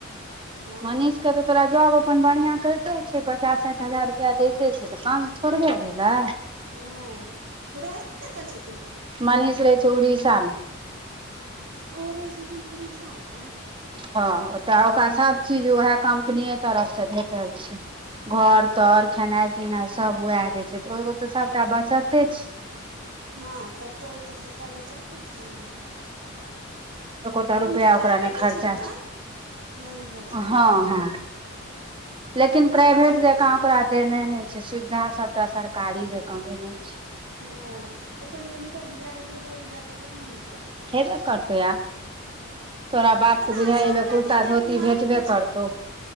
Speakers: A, on the right; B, on the right.
A: हँ
B: मनीष के तऽ तोरा जॉब अपन बढ़िआँ कैरते छै पचास सैठ हजार रुपैआ दैते छै तऽ काम थोड़बे भेलै
A: नै रहै कत छथीन ओ
B: मनीष रहै छै उड़ीसमे
A: ओ रहै छथीन उड़ीसामे
B: हँ ओतऽ ओकरा सभ चीज उएह कम्पनीय तरफ से भेट छै घर तर खेनाइ पीनै सब वएह दै छै तऽ ओगो तऽ सबटा बचते छै
A: हँ तब तऽ ओ तऽ सबटा बेचतते छै न हुनका
B: एकोटा रुपैआ
A: हुनकर
B: ओकरा
A: प्राइवेटे
B: ने खर्चा
A: छनि ने
B: छै
A: मनीष भाईजी के
B: हँ हँ लेकिन प्राइवेट
A: आ प्राइवेटे
B: जकाँ
A: मे
B: ओकरा देने नै छै सुविधा सबटा सरकारी जकाँ देने छै
A: ओ तऽ पहिले हिनकर भिआह हेतै पै भै के तब ने कर हेतै
B: हेबे करतै आब तोरा बाप
A: ओना
B: के बुझाइ
A: आसार
B: एबे
A: लागे
B: कुर्ता
A: है कियाकि
B: धोती
A: मामी
B: भेटबे
A: कहै छलखीन
B: करतौ